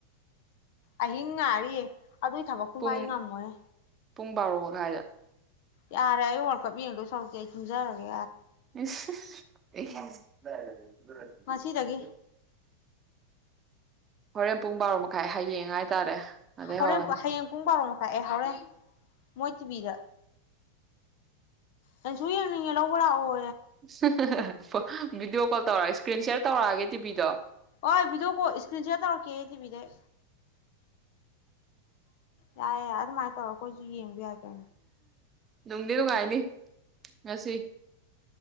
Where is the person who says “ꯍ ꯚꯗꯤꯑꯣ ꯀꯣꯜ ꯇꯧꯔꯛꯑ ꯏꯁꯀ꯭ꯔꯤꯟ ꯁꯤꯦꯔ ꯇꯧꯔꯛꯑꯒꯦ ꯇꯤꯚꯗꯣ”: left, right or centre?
Right